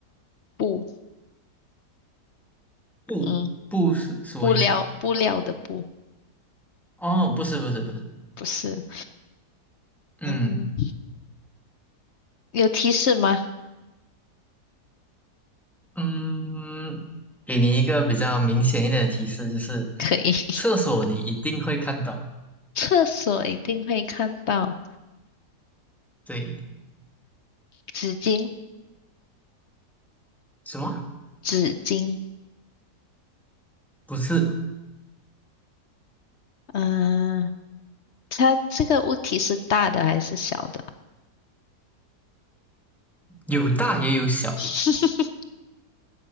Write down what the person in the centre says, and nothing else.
不，
不是什么意思？
哦，不是，不是，不是。
嗯。
嗯，给你一个比较明显一点的提示，就是
厕所你一定会看到。
对，
什么？
不是，
有大也有小。